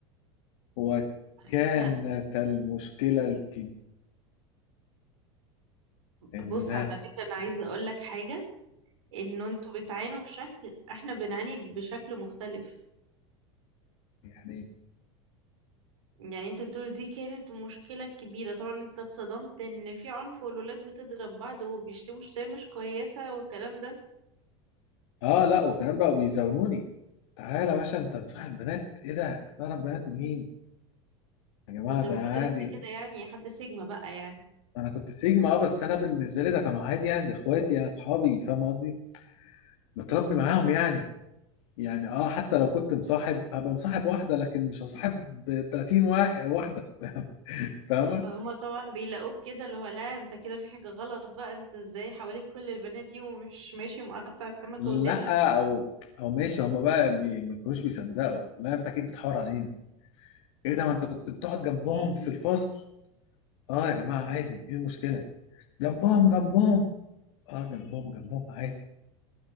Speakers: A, on the left; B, on the right.
A: وكانت
B: على فكرة
A: المشكلة الكبيرة إن
B: بص على فكرة انا عايزة اقولك حاجة ان انتوا بتعانوا بشكل احنا بنعاني بشكل مختلف
A: يعني
B: يعني انت بتقول دي كانت مشكلة كبيرة طبعا انت اتصدمت ان في عنف والولاد بتضرب بعض وبيشتموا شتايم مش كويسة والكلام ده
A: آه لا وكمان بقوا بيزاولوني تعالى يا باشا أنت مصاحب بنات إيه ده؟ أنت تعرف بنات منين؟ يا جماعة
B: طب ده
A: ده
B: المفروض
A: عادي
B: ان انت كده يعني حد سيجما بقى يعني
A: أنا كنت سيجما أه بس أنا بالنسبة لي ده كانوا عادي يعني ده إخواتي أنا أصحابي فاهم قصدي؟ متربي معاهم يعني يعني أه حتى لو كنت مصاحب هبقى مصاحب واحدة لكن مش هصاحب 30 واحد واحدة <laughs> فاهمة؟
B: فهما طبعا بيلاقوك كده اللي هو لا انت كده في حاجة غلط بقى انت ازاي حواليك كل البنات دي ومش ماشي مقطع السمكة
A: لا
B: وديلها
A: أو أو ماشي هما بقى بي- ما كانوش بيصدقوا لا أنت أكيد بتحور علينا ايه ده ما انت كنت بتقعد جنبهم
B: اوكي
A: في الفصل اه يا جماعه عادي ايه المشكله جنبهم جنبهم اه جنبهم جنبهم عادي